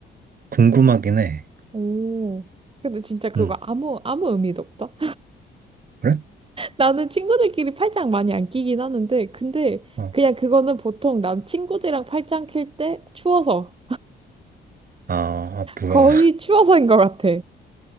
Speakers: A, on the right; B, on the right.
A: 궁금하긴 해.
B: 오. 근데 진짜 그거
A: 응,
B: 아무, 아무 의미도 없다.
A: 그래?
B: 나는 친구들끼리 팔짱 많이 안 끼긴 하는데, 근데
A: 어,
B: 그냥 그거는 보통 난 친구들이랑 팔짱 낄 때 추워서.
A: 아, 아, 뭐야.
B: 거의 추워서인 것 같아.